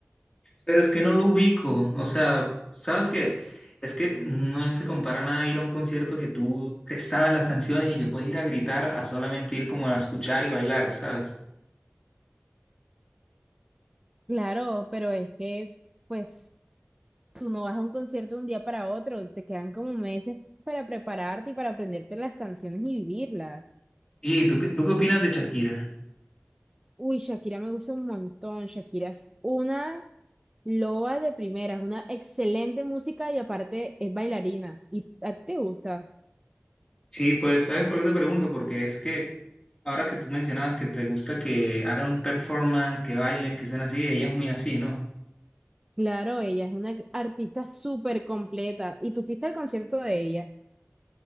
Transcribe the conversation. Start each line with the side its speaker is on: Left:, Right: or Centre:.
Left: Pero es que no lo ubico. O sea, sabes que es que no se compara nada a ir a un concierto que tú te sabes las canciones y que puedes ir a gritar a solamente ir como a escuchar y bailar, ¿sabes?
Right: Claro, pero es que pues tú no vas a un concierto de un día para otro, te quedan como meses para prepararte y para aprenderte las canciones y vivirlas.
Left: ¿Y tú qué, tú qué opinas de Shakira?
Right: Uy, Shakira me gusta un montón, Shakira es una loba de primeras, una excelente música y aparte es bailarina. ¿Y a ti te gusta?
Left: Sí, pues, ¿sabes por qué te pregunto? Porque es que ahora que tú mencionabas que te gusta que hagan un performance, que bailen, que sean así, ella es muy así, ¿no?
Right: Claro, ella es una artista súper completa. ¿Y tú fuiste al concierto de ella?